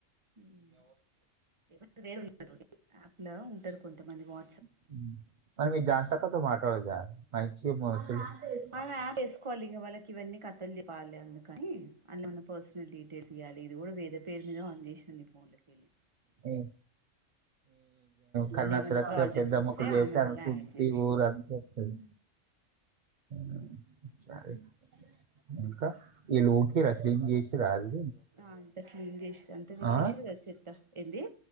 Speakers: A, on the right; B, on the right.
A: <unintelligible> ఆప్ లో ఉంటారు కొంతమంది వా
B: <unintelligible>
A: ఆయాడ్ చేసుకోవాలి ఇంక మనకి ఇవన్నీ కథలు చెప్పాలి అందుకని అని మన పర్సనల్ డీటెయిల్స్ ఇవాలి ఇది కూడా వేరే పేరు మీద ఆన్ చేసింది ఈ ఫోన్లకెళ్ళి
B: మీ
A: చిన్న
B: కన్నా
A: ఏమన్న
B: సురక్క
A: ప్రాజెక్ట్స్
B: పెద్ద
A: వస్తే
B: మొక్కలు చేస్తే
A: ఆమె కూడ
B: శుద్ధి
A: చేస్ ఉ
B: ఊరంతా వత్తది <inaudible>
A: ఆ అంత క్లీన్ చేసి అంత విశేషర్గాద
B: ఆ
A: చెత్త ఏంది